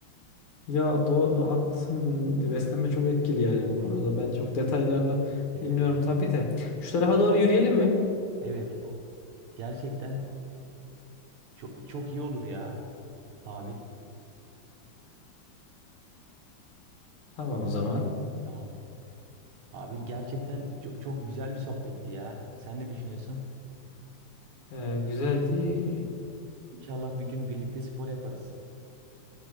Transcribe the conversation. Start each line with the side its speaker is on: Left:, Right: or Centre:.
Left: Ya doğru haklısın. Beslenme çok etkili yani bu konuda.
Right: Etki.
Left: Ben çok detaylarını
Right: Evet.
Left: bilmiyorum tabii de. Şu tarafa doğru yürüyelim mi?
Right: Evet. o- Gerçekten çok, çok iyi olur ya Habil.
Left: Tamam o zaman.
Right: Tamam. Habil gerçekten çok, çok güzel bir sohbetti ya. Sen ne düşünüyorsun?
Left: Ee, güzeldi.
Right: İnşallah bir gün birlikte spor yaparız.